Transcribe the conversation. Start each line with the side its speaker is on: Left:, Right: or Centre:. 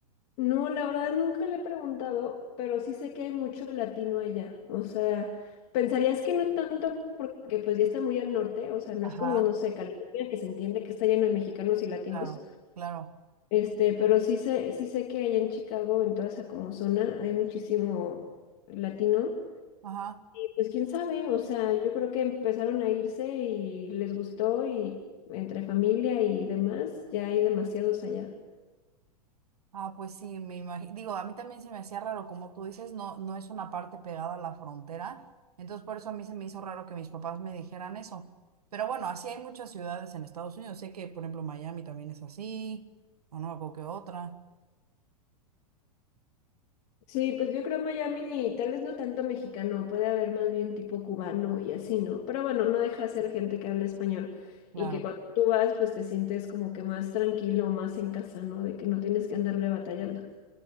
Left: No, la verdad nunca le he preguntado, pero sí sé que hay mucho latino allá. O sea, pensarías que no tanto porque pues ya está muy al norte. O sea, no
Right: Ajá,
Left: es como, no sé, California que se entiende que está lleno de mexicanos y latinos.
Right: claro, claro.
Left: Este, pero sí sé, sí sé que allá en Chicago, en toda esa como zona, hay muchísimo latino.
Right: Ajá.
Left: Pues quién sabe, o sea, yo creo que empezaron a irse y les gustó y entre familia y demás, ya hay demasiados allá.
Right: Ah, pues sí, me imagino. Digo, a mí también se me hacía raro, como tú dices, no, no es una parte pegada a la frontera. Entonces, por eso a mí se me hizo raro que mis papás me dijeran eso. Pero bueno, así hay muchas ciudades en Estados Unidos. Sé que, por ejemplo, Miami también es así, o no, o que otra.
Left: Sí, pues yo creo Miami y tal vez no tanto mexicano, puede haber más bien tipo cubano y así, ¿no? Pero bueno, no deja de ser gente que habla español
Right: Claro.
Left: y que cuando tú vas, pues te sientes como que más tranquilo, más en casa, ¿no? De que no tienes que andarle batallando.